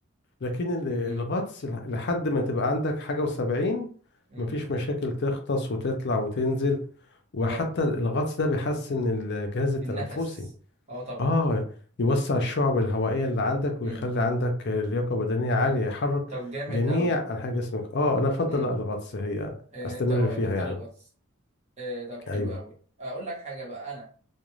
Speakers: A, on the left (about 50°); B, on the right (about 30°).
A: لكن ال- الغطس
B: مم.
A: لح- لحد ما تبقى عندك حاجة وسبعين
B: مم.
A: مفيش مشاكل تغطس وتطلع وتنزل وحتى
B: اه
A: الغطس ده بيحسن الجهاز التنفسي
B: النفس اه طبعا
A: اه يوسع الشعب الهوائية اللي عندك ويخلي
B: مم.
A: عندك لياقة بدنية عالية يحرك
B: طب جامد
A: جميع
B: قوي
A: أنحاء جسمك اه أنا أفضل
B: مم.
A: لا الغطس هي
B: إيه
A: أستمر
B: انت اه
A: فيها
B: تختار
A: يعني
B: الغطس إيه طب حلو
A: أيوه
B: قوي اقول لك حاجة بقى انا